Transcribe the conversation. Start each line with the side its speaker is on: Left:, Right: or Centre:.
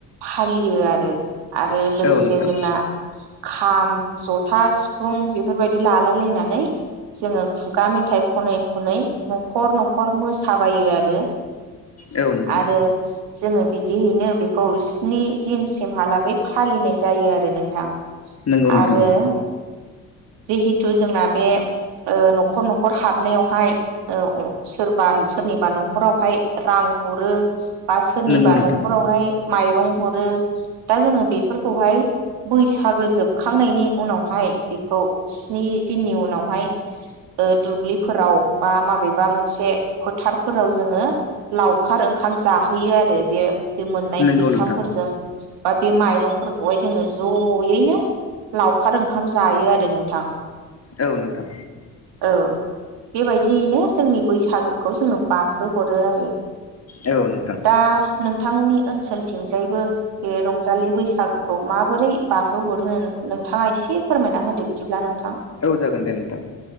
Right: फालियो आरो। आरो लोगोसे
Left: औ नोंथां
Right: जोंना खाम जथा सिफुं बेफोरबायदि लालाय लायनानै जोङो खुगा मेथाइ खनै खनै न'खर न'खर मोसाबायो आरो रो
Left: औ नोंथां
Right: आरो जोङो बिदिहैनो बेखौ स्नि दिनसिमहालागै फालिनाय जायो आरो नोंथां।
Left: नोंगौ नोंथां।
Right: आरो जिहेथु जोंना बे ओ न'खर न'खर हाबनायावहाय ओ अ सोरबा सोरनिबा न' नखरावहाय रां हरो बा सोरनिबा
Left: नंगौ नोंथां
Right: न'खरावहाय माइरं हरो दा जोङो बेफोरखौहाय बैसागो जोबखांनायनि उनावहाय बेखौ स्नि दिननि उनावहाय ओ दुब्लिफोराव बा माबेबा मोनसे फोथारफोराव जोङो लावखार ओंखाम जाहोयो आरो बे बे मोननाय
Left: नंगौ
Right: फैसाफोरजों
Left: नोंथां
Right: बा बे माइरंफोरखौहाय जोङो ज'यैनो लावखार ओंखाम जायो आरो नोंथां।
Left: औ नोंथां।
Right: औ बेबायदियैनो जोंनि बैसागोखौ जोङो बारहोहरो आरो।
Left: औ नोंथां
Right: दा नों नोंथांमोननि ओनसोलथिंजायबो बे रंजालि बैसागोखौ माबोरै बारहोहरो नों थाङा एसे फोरमायना होदो बिदिब्ला नों
Left: औ जागोन दे नोंथां,